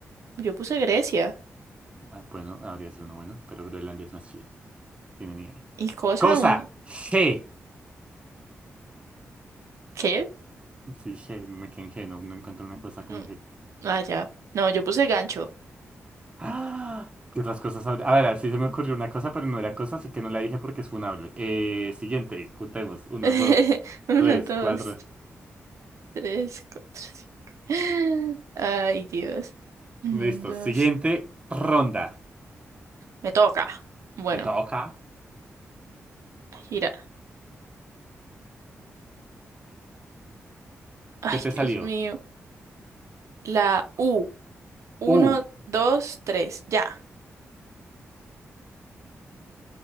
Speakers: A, on the right (about 70°); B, on the right (about 20°).
A: Yo puse Grecia.
B: Ah, bueno, habría sido uno bueno, pero Groenlandia es más chido. Tiene nieve.
A: ¿Y cosa
B: Cosa.
A: un
B: G.
A: qué?
B: Sí, G. Me quedé en G. No, no encuentro una cosa con
A: Mm,
B: G.
A: Ah, ya. No, yo puse gancho.
B: ¡Ah! ¿Qué otras cosas habría? A ver, sí se me ocurrió una cosa, pero no era cosa, así que no la dije porque es funable. Eh, siguiente, contemos. Uno,
A: <laughs>
B: dos,
A: Uno,
B: tres,
A: dos,
B: cuatro.
A: tres, cuatro, cinco. <gasps> Ay, Dios. Un,
B: Listo.
A: dos.
B: Siguiente ronda.
A: Me toca. Bueno,
B: Te toca.
A: gira. Ay,
B: ¿Qué te
A: Dios
B: salió?
A: mío. La U. Uno,
B: U.
A: dos, tres. Ya.